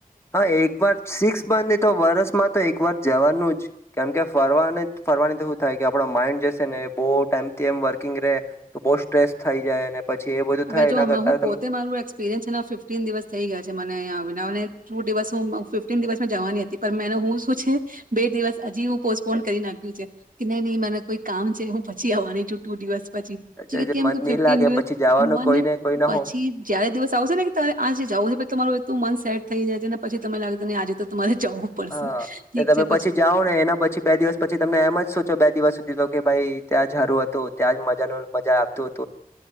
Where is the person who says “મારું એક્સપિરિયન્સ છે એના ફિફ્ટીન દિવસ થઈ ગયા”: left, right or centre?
Right